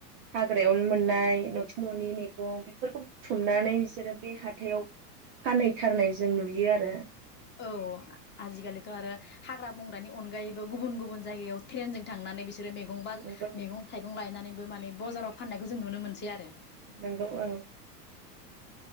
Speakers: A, on the right (about 25°); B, on the left (about 25°).
A: हाग्रायावनो मोननाय न'थि न'नि मैगं बेफोरखौ बुथुमनानै बिसोरो बे हाथायाव फानहैथारनाय जों नुयो आरो।
B: औ आजिखालिथ' आरो हाग्रा बंग्रानि अनगायैबो गुबुन गुबुन जायगायाव ट्रेनजों थांनानै बि सोरो मैगं बा
A: नंगौ
B: मैगं थाइगं लायनानै बो माने बजाराव फाननायखौ जों नुनो मोनसै आरो
A: नोंगौ औ